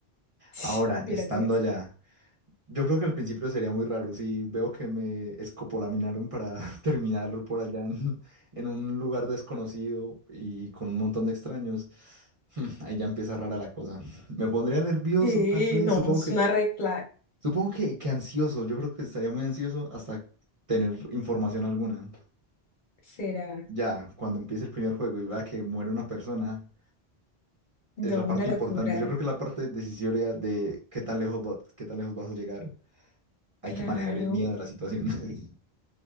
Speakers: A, on the left; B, on the right.
A: <sniffs> <tsk>
B: Ahora,
A: Mira
B: estando
A: tú eso.
B: allá, yo creo que al principio sería muy raro si veo que me escopolaminaron para <laughs> terminar por allá en, en un lugar desconocido y con un montón de extraños. <laughs> Ahí ya empieza rara la cosa. <laughs> Me pondría nervioso,
A: Sí,
B: tal vez.
A: no,
B: Supongo
A: es
B: que,
A: una red flag,
B: supongo que, que ansioso. Yo creo que estaría muy ansioso hasta tener información alguna.
A: será,
B: Ya, cuando empiece el primer juego y vea que muere una persona,
A: no,
B: es la parte
A: una locura,
B: importante. Yo creo que la parte decisoria de qué tan lejos va- qué tan lejos vas a llegar.
A: claro,
B: hay que manejar el miedo de la situación. <laughs>